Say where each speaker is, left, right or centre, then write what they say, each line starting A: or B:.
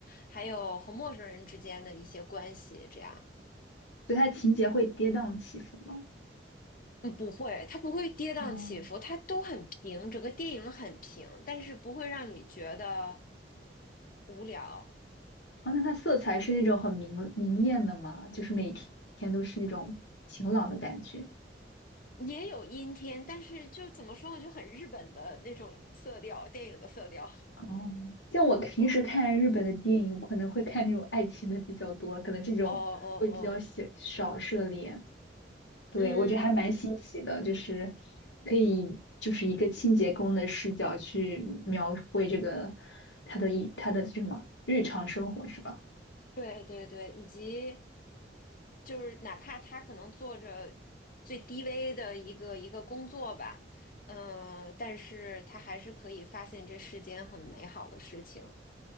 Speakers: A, on the left (about 50°); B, on the left (about 80°).
A: 还有和陌生人之间的一些关系，这样。
B: 所以他情节会跌宕起伏吗？
A: 嗯，不会，它不会跌宕起伏，
B: 哦，
A: 它都很平，整个电影很平，但是不会让你觉得无聊。
B: 哦，那它色彩是那种很明明艳的吗？就是每一天都是那种晴朗的感觉。
A: 嗯，也有阴天，但是就怎么说呢，就很日本的那种色调，电影的色调。
B: 哦，像我平时看日本的电影，
A: 嗯，哦
B: 可能会看那种爱情的比较多，可能这种会比较小少涉猎。
A: 哦哦，
B: 对，
A: 嗯，
B: 我觉得还蛮新奇的，就是可以就是一个清洁工的视角去描绘这个他的一他的这什么日常生活是吧？
A: 对对对，以及就是哪怕他可能做着最低微的一个一个工作吧，嗯，但是他还是可以发现这世间很美好的事情。